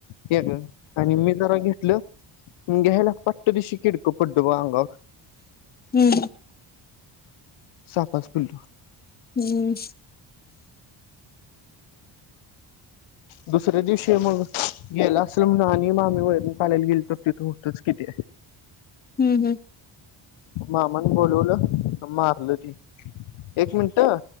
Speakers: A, on the left (about 75°); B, on the left (about 20°).
A: ते गं आणि मी जरा घेतलं मी घ्यायला पटदिशी किडक पडल बंग अंगावर
B: हम्म
A: - सापाच पिल्लू.....
B: हम्म
A: दुसऱ्या दिवशी मग गेलं असल म्हणून आणि मामी वैरण काढायला गेली तर तिथं होतच कि ते
B: हम्म
A: मामानं बोलवलं आणि मारलं ते एक मिनिट हं